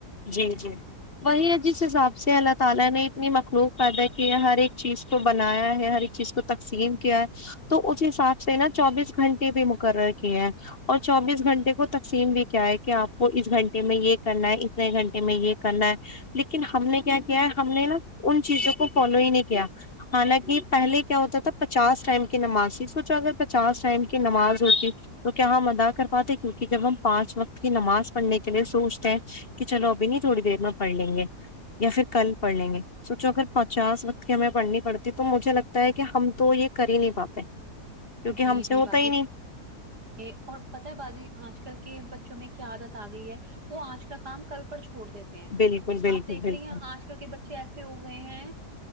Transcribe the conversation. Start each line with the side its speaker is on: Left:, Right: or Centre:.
Left: جی جی وہی ہے جس حساب سے اللہ تعالی نے اتنی مخلوق پیدا کی ہے ہر ایک چیز کو بنایا ہے ہر ایک چیز کو تقسیم کیا ہے تو اس حساب سے نا چوبیس گھنٹے بھی مقرر کیے اور چوبیس گھنٹے کو تقسیم بھی کیا ہے کہ اپ کو اس گھنٹے میں یہ کرنا ہے اتنے گھنٹے میں یہ کرنا ہے لیکن ہم نے کیا کیا ہے ہم نے نا ان چیزوں کو فالو ہی نہیں کیا حالانکہ پہلے کیا ہوتا تھا پچاس ٹائم کی نماز تھی سوچو اگر پچاس ٹائم کی نماز ہوتی تو کیا ہم ادا کر پاتے کیونکہ جب ہم پانچ وقت کی نماز پڑھنے کے لیے سوچتے ہیں کہ چلو ابھی نہیں تھوڑی دیر میں پڑھ لیں گے یا پھر کل پڑھ لیں گے سوچو اگر پچاس وقت کی ہمیں پڑھنی پڑتی تو مجھے لگتا ہے کہ ہم تو یہ کر ہی نہیں پاتے کیونکہ
Right: جی
Left: ہم
Right: جی
Left: سے ہوتا
Right: باجی
Left: ہی نہیں
Right: یہ اور پتہ ہے باجی اج کل کے بچوں میں کیا عادت اگئی ہے وہ اج کا کام کل پر چھوڑ دیتے ہیں
Left: بالکل بالکل
Right: اپ دیکھ
Left: بالکل
Right: رہی ہیں اج کل کے بچے ایسے ہو گئے ہیں